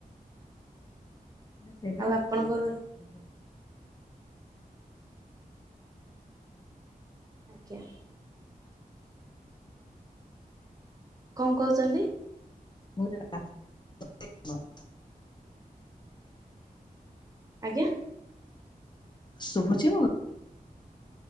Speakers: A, on the left; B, on the right.
A: ସେଇଟା
B: ଆଉ
A: ହିଁ
B: ଆପଣଙ୍କର
A: <unintelligible>
B: ଆଜ୍ଞା। କଣ କହୁଛନ୍ତି?
A: <inaudible>
B: ଆଜ୍ଞା।
A: ଶୁଭୁଚି ମୁଁ।